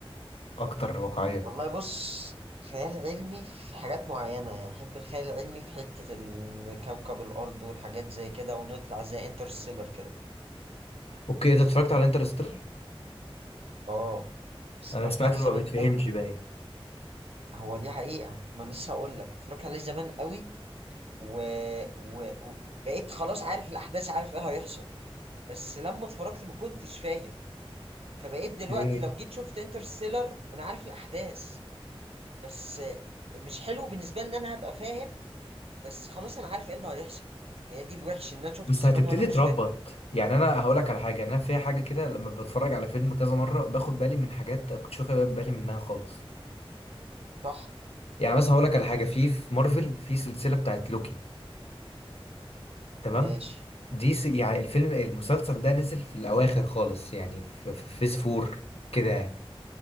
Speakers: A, on the left; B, on the right.
A: الاكتر واقعيه
B: والله بص خيال علمي في حاجات معينة يعني أحب الخيال العلمي في حتة ال- كوكب الأرض والحاجات زي كده ونطلع زي انترستيلر كده
A: اوكي انت اتفرجت على انترستيلر
B: اه بس
A: انا
B: اتفرجت
A: سمعت
B: عليه
A: انه
B: زمان
A: ما بيتفهمش
B: قوي
A: باين
B: هو دي حقيقة ما أنا لسه هقول لك اتفرجت عليه زمان قوي و... و... و... بقيت خلاص عارف الأحداث عارف إيه هيحصل بس لما اتفرجت ما كنتش فاهم فبقيت دلوقتي
A: ايه
B: لو جيت شفت انترستيلر أنا عارف الأحداث بس مش حلو بالنسبة لي إن أنا هبقى فاهم بس خلاص انا عارف ايه اللي هيحصل هي دي الوحش ان انا شفته
A: بس
B: زمان
A: هتبتدي
B: وانا مش
A: تربط
B: فاهم
A: يعني انا هقول لك على حاجه انا في حاجه كده لما بتفرج
B: مم.
A: على فيلم كذا مره باخد بالي من حاجات انا كنتش واخد بالي منها خالص
B: صح
A: يعني مثلا هقول لك على حاجه في في مارفل في سلسله بتاعت لوكي تمام
B: ماشي
A: دي س... يعني الفيلم المسلسل ده نزل في الاواخر خالص يعني في في فيز فور كده يعني.